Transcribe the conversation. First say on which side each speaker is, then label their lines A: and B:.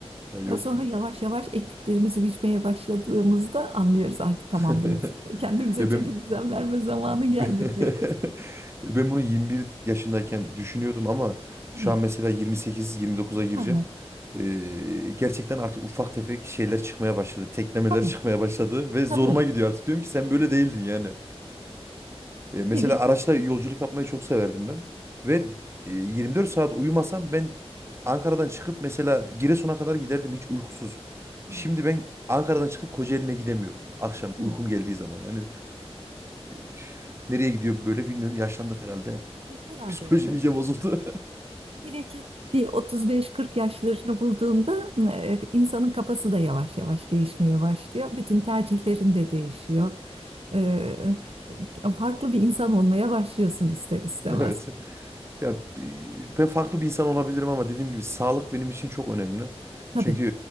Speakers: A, on the right; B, on the right.
A: Ya yok.
B: Ya sonra yavaş yavaş ektiklerimizi biçmeye başladığımızda anlıyoruz artık tamam
A: <laughs>
B: diyoruz. Kendimize
A: Ya
B: çeki
A: ben
B: düzen verme zamanı geldi
A: <laughs>
B: diyoruz.
A: Ya ben bunu 21 yaşındayken düşünüyordum ama
B: Evet.
A: şu an mesela 28-29'a gireceğim.
B: Ha, ha.
A: Ee, gerçekten artık ufak tefek şeyler çıkmaya başladı. Teklemeler
B: Tabii.
A: çıkmaya başladı ve zoruma
B: Tabii.
A: gidiyor artık. Diyorum ki sen böyle değildin yani. E, mesela
B: Hele ki
A: araçla yolculuk yapmayı çok severdim ben. Ve e, 24 saat uyumasam ben Ankara'dan çıkıp mesela Giresun'a kadar giderdim hiç uykusuz.
B: Evet.
A: Şimdi ben Ankara'dan çıkıp Kocaeli'ne gidemiyorum. Akşam
B: evet.
A: uykum geldiği zaman. Yani üf, nereye gidiyor böyle bilmiyorum. Yaşlandık herhalde.
B: E,
A: <laughs>
B: Herhalde
A: Psikolojim iyice bozuldu.
B: Hele ki bir 35-40 yaşlarını bulduğunda e, insanın kafası da yavaş yavaş değişmeye başlıyor. Bütün tercihlerin de değişiyor. E, e, farklı bir insan olmaya başlıyorsun ister istemez.
A: <laughs> Evet. Ya e, ben farklı bir insan olabilirim ama dediğim gibi sağlık benim için çok önemli.
B: Tabii.
A: Çünkü